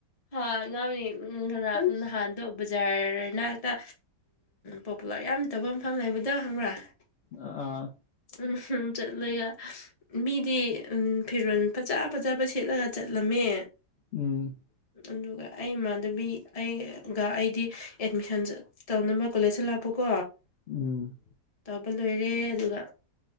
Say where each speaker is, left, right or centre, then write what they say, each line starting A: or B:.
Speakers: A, on the left; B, on the left.
A: ꯍꯥ ꯉ ꯉ
B: ꯑꯩꯁ
A: ꯎ ꯅꯍꯥꯟꯗꯣ ꯕꯖꯥꯔꯅꯥꯛꯇ ꯄꯣꯄꯨꯂꯔ ꯌꯥꯝ ꯇꯧꯕ ꯃꯐꯝ ꯍꯥꯏꯕꯗꯣ ꯍꯪꯕ꯭ꯔꯥ
B: ꯑꯥ ꯑꯥ
A: ꯎꯝ ꯆꯠꯂꯒ ꯃꯤꯗꯤ ꯐꯤꯔꯣꯜ ꯐꯖ ꯐꯖꯕ ꯁꯦꯠꯂꯒ ꯆꯠꯂꯝꯃꯦ
B: ꯎꯝ
A: ꯑꯗꯨꯒ ꯑꯩ ꯏꯃꯥꯟꯗꯕꯤ ꯑꯩꯒ ꯑꯩꯗꯤ ꯑꯦꯠꯃꯤꯁꯟ ꯇꯧꯅꯕ ꯀꯣꯂꯦꯖꯇ ꯂꯥꯛꯄꯀꯣ
B: ꯎꯝ
A: ꯇꯕ ꯂꯣꯏꯔꯦ ꯑꯗꯨꯒ